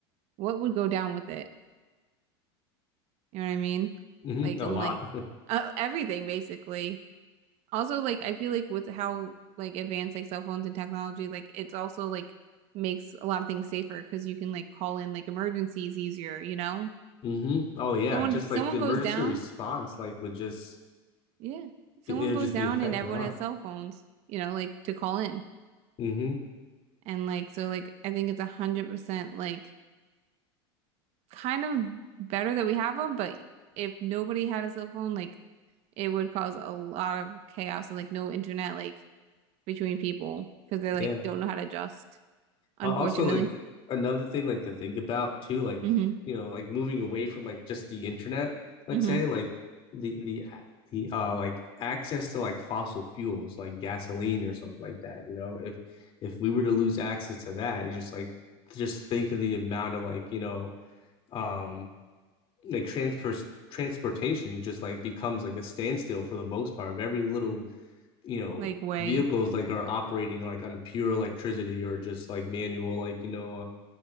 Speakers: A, on the right (about 50°); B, on the left (about 40°).
A: what would go down with it? You know what I mean?
B: Mm-hmm.
A: Like
B: A
A: I'm
B: lot.
A: like
B: <laughs>
A: uh, everything basically. Also, like I feel like with how like advanced like cell phones and technology, like it's also like makes a lot of things safer because you can like call in like emergencies easier, you know?
B: hmm Oh yeah.
A: Someone
B: Just
A: someone
B: like the
A: goes
B: emergency
A: down,
B: response, like would just
A: yeah. Someone
B: it would
A: goes
B: just
A: down
B: be affected
A: and everyone
B: a lot.
A: has cell phones, you know, like to call in.
B: hmm
A: And like so like I think it's a hundred percent like kind of better that we have them, but if nobody had a cell phone, like it would cause a lot of chaos and like no internet like between people because they like
B: Yeah.
A: don't know how to adjust, unfortunately.
B: Al- Also, like another thing like to think about too, like
A: hmm
B: you know, like moving away from like just the internet, let's
A: hmm
B: say like the the the uh like access to like fossil fuels like gasoline or something like that, you know, if if we were to lose access to that, you just like just think of the amount of like, you know, um like transport transportation just like becomes like a standstill for the most part of every little you know
A: Like way.
B: vehicles like are operating like on pure electricity or just like manual like you know